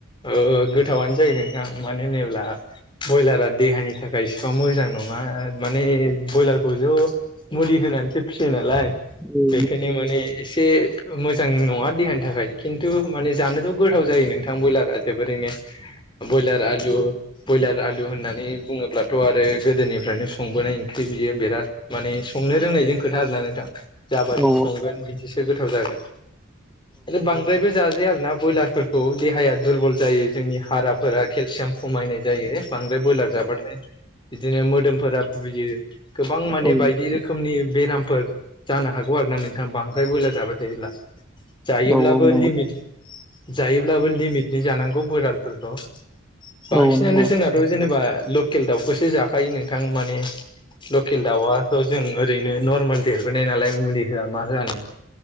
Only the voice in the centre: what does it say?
उम
औ
औ
औ औ नंगौ
औ नंगौ